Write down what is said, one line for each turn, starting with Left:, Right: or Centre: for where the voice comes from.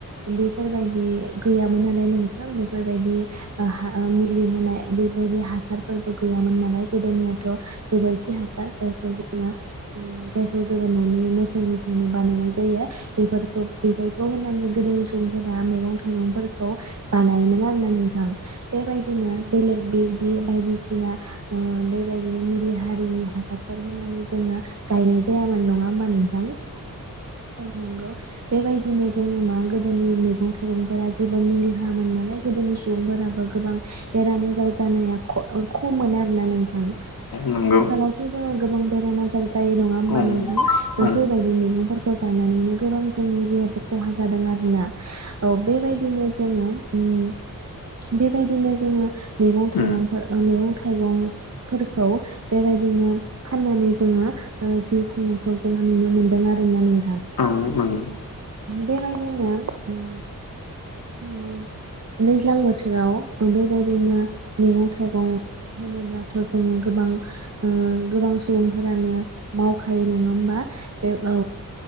Right: बेफोरबायदि गैयामोन नालाय नोंथां बेफोरबायदि ओ मुलि होन बेबायदि हासारफोरबो गैयामोन नालाय गोदोनियाथ' खि हासार जायखौ जों जायखौ जोङो न'नि मोसौनिफ्रायनो बानायनाय जायो बेफोरखौ बे खौ होननानै गोदोनि सुबुंफोरा मैगं थाइगंफोर खौ बानायोमोन आरोना नोंथां बेबायदिनो बेलेग बि बिदि बायदिसिना बेबायदिनो मुलि दैनि हासार फोर होनानै जोङो गायनाय जायामोन नङा होमबा नोंथां औ नंगौ बेबायदिनो जोङो मा गोदोनि मैगं थाइगंफोरा जेबो मुलि होआमोन नालाय गोदोनि सुबुंफोराबो गोबां बेराम आजार जानाया ख-अ- खमोन आरोना नोंथां। ं <inaudible>
Left: नंगौ
Right: <unintelligible> आथिखालावथ' जोङो गोबां बेराम आजार जायो नङा होमबा
Left: औ
Right: नोंथां
Left: औ
Right: बैफोरबायदि मैगंफोरखौ थ' जानानैनो गोबां जोंनि जिउआवबो खहा जा जादों आरोना। औ बेबायदिनो जोङो ओम बेबायदिनो जोङो मैगं
Left: औ
Right: थाइगंफोर ओ मैगं थाइगंफोरखौ बेबायदिनो फाननानै जोङो ओ जिउ खुंनायखौ जोङो नुनो मोनदों आरो ना नोंथां।
Left: औ नंगौ
Right: बेबायदिनो ओम ओम दैैज्लां बो थोराव ओ बेबायदिनो मैगं थाइगं होनोब्लाथ' जोङो गोबां ओ गोबां सुबुंफोरानो मावखायो नङा होमबा बे औ